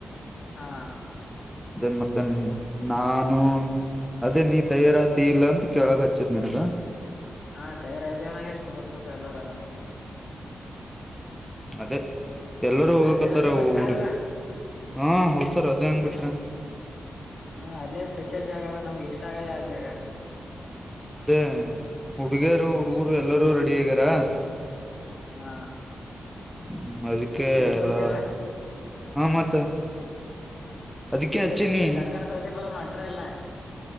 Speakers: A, on the left (about 50°); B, in the centre.
A: ಹಾ
B: ಅದೇ ಮತ್ತೆ ನಾನು ಅದೇ ನೀ ತಯಾರಾತಿ ಇಲ್ಲ ಅಂತ ಕೇಳಕ್ ಹಚ್ಚತ್ ನನ್ಗ
A: ಹಾ ತಯಾರ ಆಐ್ವನಾಗ ಶುಬರ್ ತ ಎಲ್ಲರರು ಆರ್ ಸರಿ <unintelligible>
B: ಅದೇ ಎಲ್ಲರೂ ಹೋಗಕತ್ತಾರ
A: ಅಂಜನಾದ್ರಿ ಹೋಯ್ತಾರಲ್ಲ
B: ಹುಡ್ಗಿ ಹಾ ಹೋಡ್ತಾರ ಅದೇ ಹೆಂಗ್ ಬಿಟ್ರ
A: ಹಾ ಅಲ್ಲೇ ಸ್ಪೆಷಲ್ ಜಾಗ ಅದ ನಮ್ಗೆ ಎಷ್ಟ ಆಗದೆ ಆ ಜಾಗ
B: ಅದೇ ಹುಡುಗಿಯರು ಹುಡುಗರು ಎಲ್ಲರೂ ರೆಡಿ ಆಗ್ಯಾರ
A: ಹಾ
B: ಹ್ಮ ಅದಕ್ಕೆ
A: ನೀವೀ ಬರ್ತಿಯಲ್ಲ
B: ಎಲ್ಲಾ ಹ ಮತ್ತ ಅದಕ್ಕೆ
A: ಅದೇ
B: ಹಚ್ಚಿನಿ
A: ನಿಮ ಶಂಕರ ಸದಿ ಬದ ಒಂಟ್ರ ಎಲ್ಲಾ